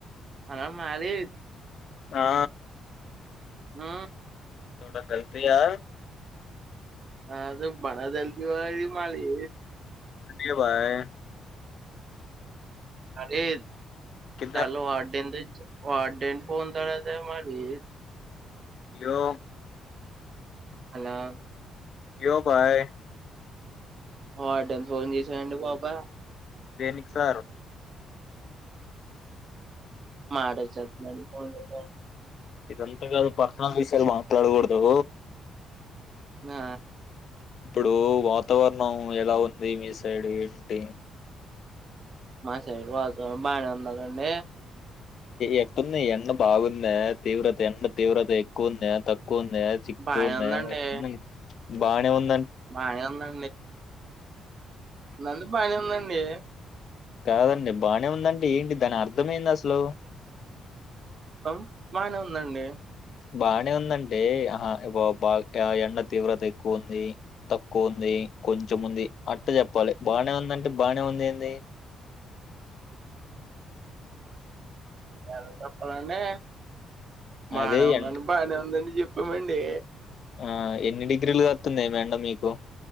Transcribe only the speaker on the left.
ఆ
కొంచెం గట్టిగా
అంటే బాయ్
కింద
యో
యో బాయ్
దేనికి సారు
ఇదంతా కాదు పర్సనల్ విషయాలు మాట్లాడకూడదు
ఇప్పుడు వాతావరణం ఎలా ఉంది మీ సైడ్ ఏంటి
ఎట్టుంది ఎండ బాగుంది తీవ్రత ఎండ తీవ్రత ఎక్కువుంద తక్కువ చకున్ చికుందా
ఎట్ల బానే వున్
కాదండి బానే ఉందంటడి ఏంటి దాని అర్థమెంది అసలు
బానే ఉందంటే ఆహా ఇ బా ఎండ తీవ్రత ఎక్కువ ఉంది తక్కువ ఉంది కొంచెం ఉంది అట్ట చెప్పాలి బానే ఉందంటే బానే ఉంది ఏంది
అదే
ఎం
ఆ ఎన్ని డిగ్రీలు కాత్తుంది ఎండ మీకు